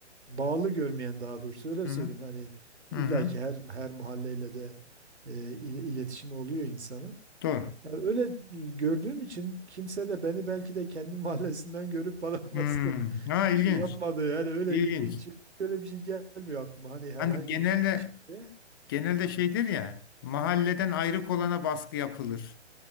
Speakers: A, on the right (about 65°); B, on the left (about 20°).
A: bağlı görmeyen daha doğrusu öyle
B: Hı
A: söyleyeyim.
B: hı.
A: Hani illa
B: Hı hı.
A: ki her her mahalleyle de e, il- iletişimi oluyor insanın.
B: Doğru.
A: Yani öyle e, gördüğüm için kimse de beni belki de kendi <laughs> mahallesinden görüp bana <laughs> baskı
B: Hı. Ha ilginç.
A: yapmadı. Yani öyle
B: İlginç.
A: ge- hiç öyle bir şey gelmiyor aklıma. Hani herhangi
B: Hani genelde
A: bir şeyde.
B: genelde şeydir ya mahalleden ayrık olana baskı yapılır.